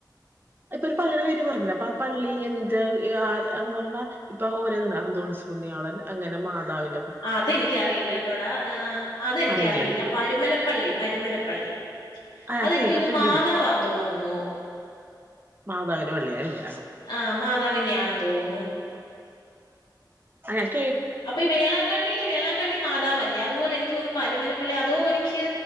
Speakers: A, on the right (about 25°); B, on the left (about 85°).
A: ഇപ്പൊ ഒരു പള്ളിടെ പേര് പറഞ്ഞില്ലേ അപ്പ ആ പള്ളി എന്ത് എ ആർ എന്നറഞ്ഞ ഇപ്പൊ ഓരോണ്ട് അന്തോണുസ് പുണ്യാളൻ അങ്ങനെ മാതാവി
B: ആ അതെനിക്കറിയില്ലേട്ടോടാ ഏഹ് അതെനിക്കറിയില്ല
A: അറിയില്ലല്ലേ
B: പരുമലപ്പള്ളി പരുമലപ്പള്ളി
A: ആ ഞാൻ
B: അതെനിക്കൊന്നു
A: കേട്ടിട്ടുണ്ട്
B: മാതാവാന്ന് തോന്നുന്നു
A: മാതാവിന്റെ പള്ളിയാ അല്ലേ
B: ആ മാതാവിന്റെ ആണ തോന്നു
A: അന്നെ
B: അപ്പൊ ഈ വേളാങ്കണ്ണീല് വേളാങ്കണ്ണി മാതാവല്ലേ അതുപോലെ എനിക്കൊനു പരുമലപ്പള്ളി അതോ എനിക്ക്